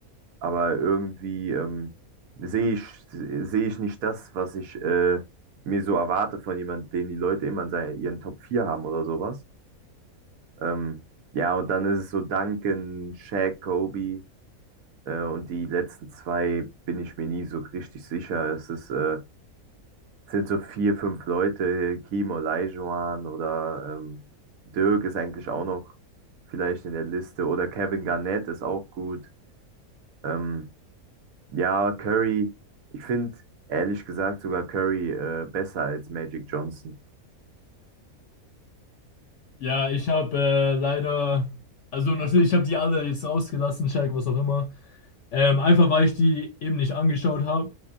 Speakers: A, on the right; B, on the left.
A: aber irgendwie ähm, sehe ich, sehe ich nicht das, was ich äh, mir so erwarte von jemandem, den die Leute immer in seinen, ihren Top 4 haben oder sowas. Ähm, ja, und dann ist es so Duncan, Shaq, Kobe äh, und die letzten zwei bin ich mir nie so richtig sicher. Es ist äh, sind so vier, fünf Leute, Kim Olajuwon oder ähm, Dirk ist eigentlich auch noch vielleicht in der Liste oder Kevin Garnett ist auch gut. Ähm, ja, Curry, ich finde ehrlich gesagt sogar Curry äh, besser als Magic Johnson.
B: Ja, ich habe äh, leider. Also natürlich, ich habe die alle jetzt ausgelassen, Shaq, was auch immer. Ähm, einfach weil ich die eben nicht angeschaut habe.